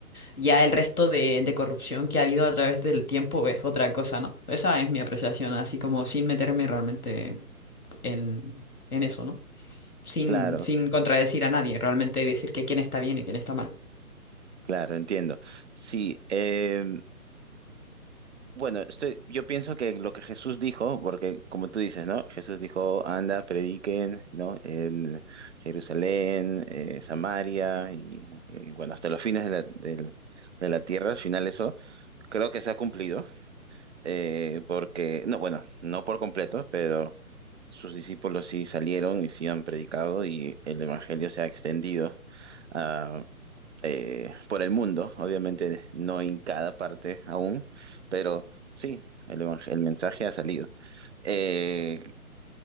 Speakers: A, on the left; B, on the right.
A: Ya el resto de, de corrupción que ha habido a través del tiempo es otra cosa, ¿no? Esa es mi apreciación, así como sin meterme realmente en en eso, ¿no? sin,
B: Claro,
A: sin contradecir a nadie, realmente decir que quién está bien y quién está mal.
B: claro, entiendo. Sí, eh, bueno, estoy, yo pienso que lo que Jesús dijo, porque como tú dices, ¿no? Jesús dijo, anda, prediquen, ¿no? En Jerusalén, eh, Samaria y, y, bueno, hasta los fines de la, del- de la tierra, al final eso creo que se ha cumplido. eh, porque, no, bueno, no por completo, pero sus discípulos sí salieron y sí han predicado y el evangelio se ha extendido ah, eh, por el mundo, obviamente no en cada parte aún, pero sí, el, evang- el mensaje ha salido. Eh,